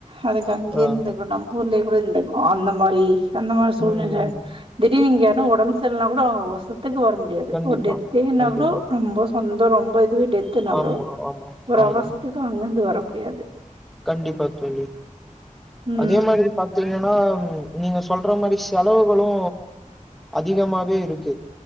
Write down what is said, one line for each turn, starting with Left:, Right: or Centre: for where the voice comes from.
Right: அதுக்கு அங்கேயே
Centre: ஆ
Right: இருந்துக்கணு நம்ம ஊர்லயே கூட இருந்துக்கலா அந்த மாரி அந்த மாரி சூழ்நெல
Centre: ம் ம் ம்
Right: திடீர்ன்னு இங்க யார்ன்னா ஒடம்பு சரியில்லன்னா கூட அவுங்க வருசத்துக்கு வர முடியாது
Centre: கண்டிப்பா
Right: ஒரு டெத்தே ஆனா
Centre: கண்டிப்பா
Right: கூட ரொம்ப சொந்தோ ரொம்ப இதுவே டெத்துன்னாக்கூட
Centre: ஆமா ஆமா
Right: ஒரு
Centre: ஆமா
Right: அவசரத்துக்கு அங்க இருந்து வர முடியாது
Centre: கண்டிப்பா தோழி
Right: ம்
Centre: அதே மாதிரி பாத் திங்கன்னா நீங்க சொல்ற மாறி செலவுகளு அதிகமாவே இருக்கு